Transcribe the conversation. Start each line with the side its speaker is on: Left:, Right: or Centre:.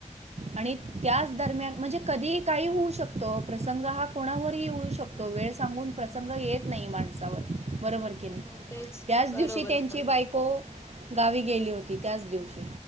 Right: आणि त्याच दरम्यान म्हणजे कधीही काही होऊ शकतो प्रसंग हा कोणावरही येऊ
Left: हा
Right: शकतो वेळ सांगून प्रसंग येत नाही माणसांवर बरोबर <unintelligible>
Left: हो तेच
Right: त्यांच
Left: बरोबर
Right: दिवशी त्यांची
Left: बरोबर
Right: बायको गावी गेली होती त्यांच दिवशी.